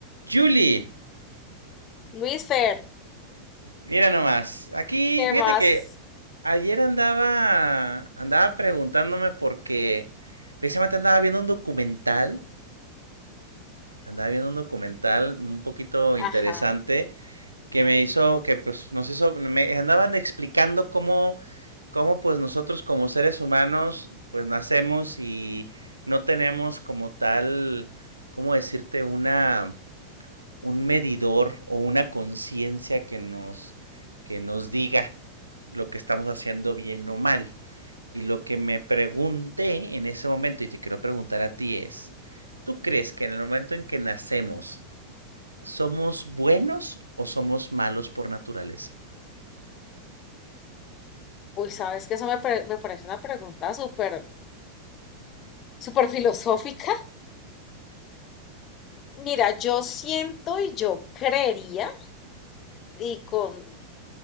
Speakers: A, on the right; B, on the left.
A: Julie,
B: Luis Fer,
A: mira nomás. Aquí,
B: ¿qué
A: fíjate
B: más?
A: que ayer andaba, andaba preguntándome porque precisamente andaba viendo un documental, andaba viendo un documental un poquito interesante
B: Ajá.
A: que me hizo, que pues nos hizo, me andaban explicando cómo, cómo pues nosotros como seres humanos pues nacemos y no tenemos como tal, ¿cómo decirte? Una un medidor o una conciencia que nos, que nos diga lo que estamos haciendo bien o mal. Y lo que me pregunté en ese momento, y te quiero preguntar a ti, es, ¿tú crees que en el momento en que nacemos somos buenos o somos malos por naturaleza?
B: Uy, sabes que eso me, pare- me parece una pregunta súper, súper filosófica. Mira, yo siento y yo creería, y con,